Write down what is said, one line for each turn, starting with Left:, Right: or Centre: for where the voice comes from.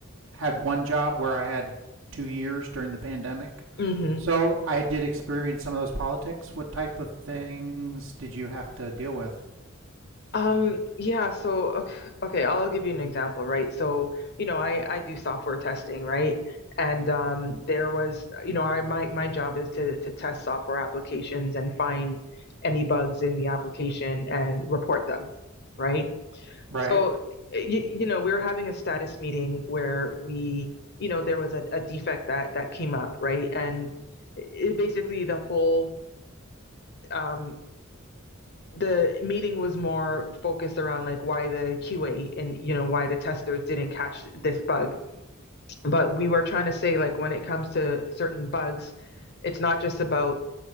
Right: had one job where I had two years during the pandemic.
Left: Mm-hmm.
Right: So I did experience some of those politics. What type of things did you have to deal with?
Left: Um, yeah, so okay, okay, I'll give you an example, right? So, you know, I I do software testing, right? And um there was, you know, I my my job is to to test software applications and find any bugs in the application and report them, right?
Right: Right.
Left: So, eh, you, you know, we were having a status meeting where we, you know, there was a, a defect that that came up, right? And it basically the whole um, the meeting was more focused around like why the QA and you know why the testers didn't catch this bug. But we were trying to say like when it comes to certain bugs, it's not just about